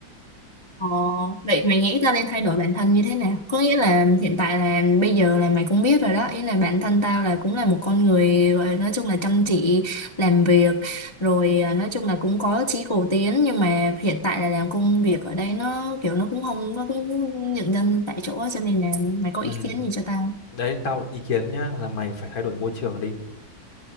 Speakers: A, on the left; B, on the left.
A: ờ, vậy mày nghĩ tao nên thay đổi bản thân như thế nào? Có nghĩa là hiện tại là bây giờ là mày cũng biết rồi đó. Ý là bản thân tao là cũng là một con người gọi là nói chung là chăm chỉ làm việc. Rồi à, nói chung là cũng có chí cầu tiến. Nhưng mà hiện tại là làm công việc ở đây nó kiểu nó cũng không có cũng nhận dân tại chỗ. á, Cho nên là mày có
B: ừ.
A: ý
B: <laughs>
A: kiến gì cho tao? không?
B: đấy tao ý kiến nhá là mày phải thay đổi môi trường đi